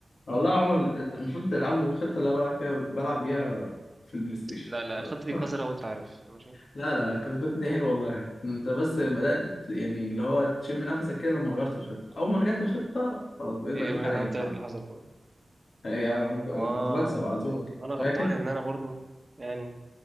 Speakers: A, on the left; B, on the right.
A: والله يا عمر أنت المفروض تلعبوا الخطة اللي انا بلعب فيها بلعب بيها في البلاي ستيشن
B: لا لا الخطه دي
A: <laughs>
B: قذره وانت عارف ماشي
A: لا لا لا الخطة دي حلوة والله إن انت بس بدأت ت- يعني اللي هو تشم نفسك كده لما غيرت الخطة اول ما رجعت الخطة خلاص بقيت
B: ايه
A: بديك
B: يا مريم،
A: على عينك
B: حتى
A: على
B: اللي
A: طول
B: حصل بقى
A: يعني أنا ك-
B: اه
A: كنت بكسب على طول
B: ايوه انا غلطان
A: فاكر
B: ان انا برضو يعني